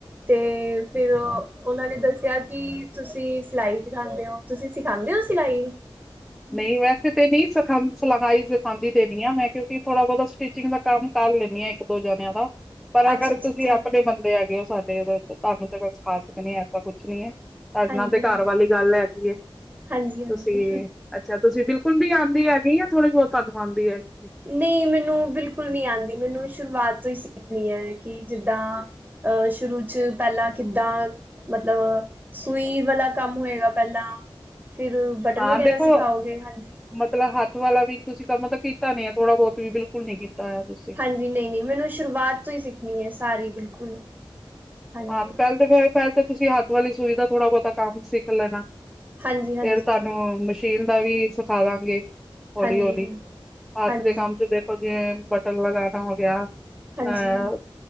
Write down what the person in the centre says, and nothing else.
ਅੱਛਾ।
ਨਹੀਂ ਵੈਸੇ ਤੇ ਨਹੀਂ ਸਿਖਾ ਸਿਲਾਈ ਸਿਖਾਦੀ ਤੇ ਨਹੀ ਆ ਮੈਂ ਕਿਉਂਕਿ ਥੋੜਾ ਬਹੁਤਾ ਸਟਿਚਿੰਗ ਦਾ ਕੰਮ ਕਰ ਲੈਂਣੀ ਹਾਂ। ਇਕ ਦੋ ਜਣਿਆਂ ਦਾ ਪਰ
ਅਗਰ
ਤੁਸੀਂ
ਆਪਣੇ ਬੰਦੇ ਆ। ਉਹ ਸਾਡੇ ਉਹਦੇ ਧਾਰਮਿਕ ਤੇ ਸੰਥਾਨ ਏਸਾ ਕੁਛ ਨੀ ਹੈ। ਸਾਡੇ
ਨਾਲ ਦੇ
ਘਰ ਵਾਲੀ ਗੱਲ ਹੈਗੀ ਏ।
ਤੁਸੀਂ ਅੱਛਾ। ਤੁਸੀਂ ਬਿਲਕੁਲ ਵੀ ਆਉਂਦੀ ਹੈਗੀ ਆ। ਥੋੜੀ ਬਹੁਤ ਤੁਹਾਨੂੰ ਆਉਂਦੀ ਹੈਗੀ। ਇੱਥੇ
ਹਾਂ
ਦੇਖੋ
ਮਤਲਬ ਹੱਥ ਵਾਲਾ ਵੀ ਤੁਸੀਂ ਕੰ ਮਤਲਬ ਕੀਤਾ ਨੀ ਹੈ। ਥੋੜਾ ਬਹੁਤ ਵੀ ਬਿਲਕੁਲ ਨੀ ਕੀਤਾ ਹੋਇਆ ਤੁਸੀਂ।
ਹਾਂ। ਤੇ ਪਹਿਲ ਤਾਂ ਫੇਰ ਪਹਿਲ ਤਾਂ ਤੁਸੀਂ ਹੱਥ ਵਾਲੀ ਸੂਈ ਦਾ ਥੋੜ੍ਹਾ ਬਹੁਤਾ ਕੰਮ ਸਿੱਖ ਲੈਣਾ।
ਫਿਰ ਤੁਹਾਨੂੰ ਮਸ਼ੀਨ ਦਾ ਵੀ ਸਿਖਾ ਦਾਂਗੇ। ਹੌਲੀ
-ਹੌਲੀ ਹੱਥ
ਦੇ ਕੰਮ ਚ ਦੇਖ। ਜਿਵੇਂ ਬਟਨ ਲਗਾਣਾ ਹੋ ਗਿਆ।
ਅਹ